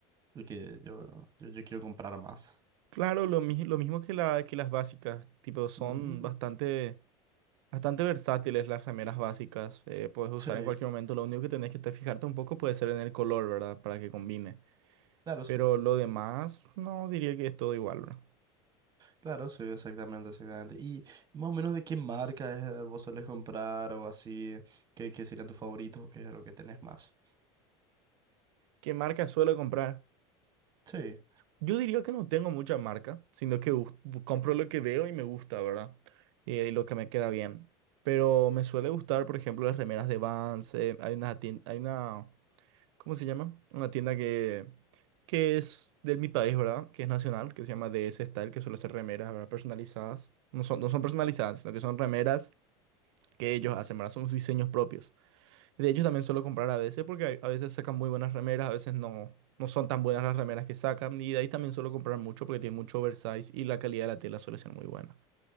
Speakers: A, on the right (about 30°); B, on the right (about 80°).
A: Porque yo, yo, yo quiero comprar más.
B: Claro, lo, mi- lo mismo que, la, que las básicas, tipo, son
A: Ujú.
B: bastante Bastante versátiles las remeras básicas, eh, puedes usar
A: Sí,
B: en cualquier momento, lo único que tenés que te fijarte un poco puede ser en el color, ¿verdad? Para que combine.
A: claro, sí.
B: Pero lo demás, no diría que es todo igual, ¿verdad?
A: Claro, sí, exactamente, exactamente. ¿Y más o menos de qué marca es, eh, vos solés comprar o así? ¿Qué, qué serían tus favoritos? ¿Qué es lo que tenés más?
B: ¿Qué marca suelo comprar?
A: Sí,
B: Yo diría que no tengo mucha marca, sino que bus- bu- compro lo que veo y me gusta, ¿verdad? Eh, y lo que me queda bien. Pero me suele gustar, por ejemplo, las remeras de Vans, eh, hay una, tien- hay una ¿cómo se llama? Una tienda que, que es de mi país, ¿verdad? Que es nacional, que se llama DS Style, que suele hacer remeras, ¿verdad? Personalizadas. No son, no son personalizadas, sino que son remeras que ellos hacen, ¿verdad? Son sus diseños propios. Y de ellos también suelo comprar a veces porque hay- a veces sacan muy buenas remeras, a veces no, no son tan buenas las remeras que sacan. Y de ahí también suelo comprar mucho porque tiene mucho oversize y la calidad de la tela suele ser muy buena.